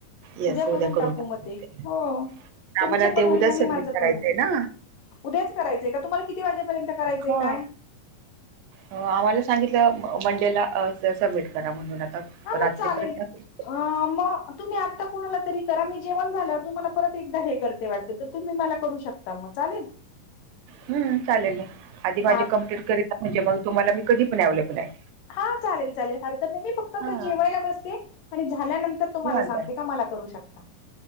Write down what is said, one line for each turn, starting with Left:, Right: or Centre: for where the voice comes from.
Right: येस
Left: उद्या करून टाकू
Right: टाकूया
Left: म
Right: ते.
Left: हो तुमचं
Right: आम्हाला ते
Left: पण होईल
Right: उद्याच
Left: आणि
Right: सबमिट
Left: माझं
Right: करायचंय
Left: पण होईल
Right: ना?
Left: उद्याच करायचंय का तुम्हाला किती वाजेपर्यंत करायचंय
Right: हा
Left: काय
Right: आम्हाला सांगितलं मंडेला सबमिट करा म्हणून आता
Left: ह मग
Right: रात्रीपर्यंत
Left: चालेल
Right: असेल
Left: अ मग तुम्ही आत्ता कोुणाला तरी करा मी जेवण झाल्यावर तुम्हाला परत एकदा हे करते वाटते तर तुम्ही मला करू शकता मग चालेल
Right: हम्म चालेल आधी माझी
Left: हा
Right: कं्प्लीट करी म्हणजे मग तुम्हाला मी कधी पण अववेलेबल आहे
Left: हा चालेल चालेल हरक नाहीेहमी फक्त
Right: हां,
Left: त जेवायला बसते आणि झाल्यानंतर तुम्हाला
Right: निवांत,
Left: सांगते का मला करू शकता